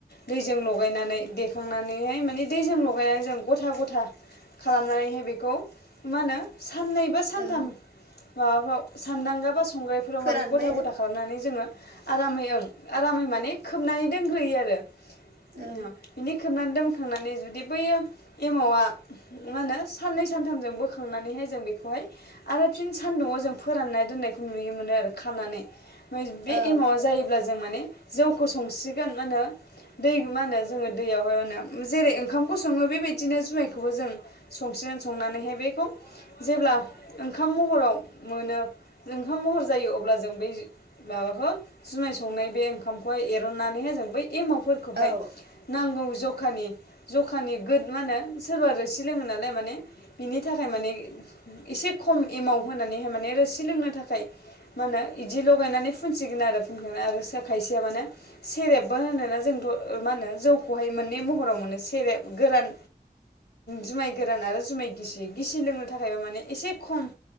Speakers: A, on the left; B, on the right.
A: दैजों लगायनानै देखांनानैहाय माने दैजों लगायनानै जों गथा गथा खालामनानैहाय बेखौ मा होनो साननै बा सानथाम
B: औ
A: माबाफ्राव सानदांगा बा संग्रायफोराव
B: फोरानबाय
A: माने गथा
B: आरो
A: गथा खालामनानै जोङो आरामै ओं आरामै माने खोबनानै दोनग्रोयो आरो ओ
B: औ
A: बिनि खोबनानै दोनखांनानै जुदि बैयो एमावा मा होनो साननै सानथामजों बोखांनानैहाय जों बेखौहाय आरो फिन सान दङ जों फोराननाय दोननायखौ नुय मोनो आरो खानानै बे
B: औ
A: एमावआव जायोब्ला जों माने जौखौ संसिगोन मा होनो दै मा होनो जोङो दैयावहाय अ जेरै ओंखामखौ सङो बेबायदिनो जुमायखौबो जों संसिगोन संनानैहाय बेखौ जेब्ला ओंखाम महराव मोनो जों ओंखाम महर जायो अब्ला जों बै माबाखौ जुमाय संनाय बे ओंखामखौहाय एरननानैहाय जों बै एमावफोरखौहाय
B: औ
A: नांगौ ज जखानि जखानि गोद मा होनो सोरबा रोसि लोंङो नालाय माने बिनि थाखाय माने एसे खम एमाउन्ट होनानै माने रोसि लोंनो थाखाय मानो इदि लगायनानै फुनसिगोन आरो फुनखांना खायसेया मानो सेरेब मा होनोना जोंथ' मा होनो जौखौहाय मोननै महराव मोनो सेरेब गोरान जुमाय गोरान आरो जुमाय गिसि गिसि लोंनो थाखायबो माने एसे खम